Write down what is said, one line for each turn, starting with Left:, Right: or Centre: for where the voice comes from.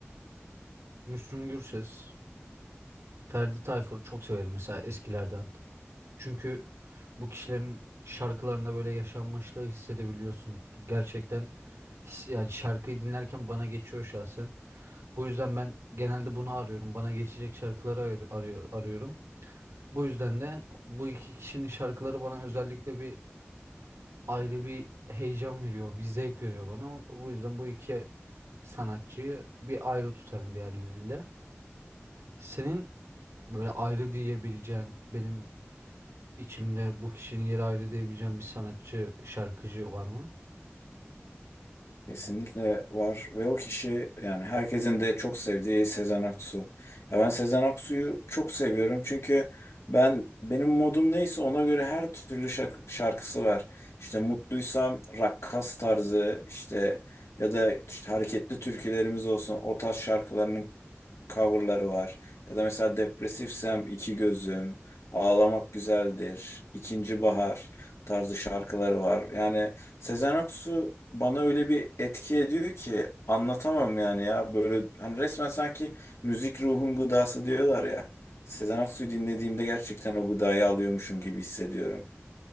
Right: Müslüm Gürses, Ferdi Tayfur çok severim mesela eskilerden. Çünkü bu kişilerin şarkılarında böyle yaşanmışlığı hissedebiliyorsun. Gerçekten his- yani şarkıyı dinlerken bana geçiyor şahsen. Bu yüzden ben genelde bunu arıyorum. Bana geçecek şarkıları ayır- arıyor, arıyorum. Bu yüzden de bu iki kişinin şarkıları bana özellikle bir ayrı bir heyecan veriyor, bir zevk veriyor bana. Bu yüzden bu iki sanatçıyı bir ayrı tutarım diğerleriyle. Senin böyle ayrı diyebileceğin, benim içimde bu kişinin yeri ayrı diyebileceğin bir sanatçı, şarkıcı var mı?
Left: Kesinlikle var ve o kişi yani herkesin de çok sevdiği Sezen Aksu. Ya ben Sezen Aksu'yu çok seviyorum çünkü ben benim modum neyse ona göre her türlü şark- şarkısı var. İşte mutluysam rakkas tarzı işte ya da işte hareketli türkülerimiz olsun o tarz şarkılarının coverları var. Ya da mesela depresifsem İki Gözüm, Ağlamak Güzeldir, İkinci Bahar tarzı şarkıları var. Yani Sezen Aksu bana öyle bir etki ediyor ki anlatamam yani ya böyle hani resmen sanki müzik ruhun gıdası diyorlar ya. Sezen Aksu'yu dinlediğimde gerçekten o gıdayı alıyormuşum gibi hissediyorum.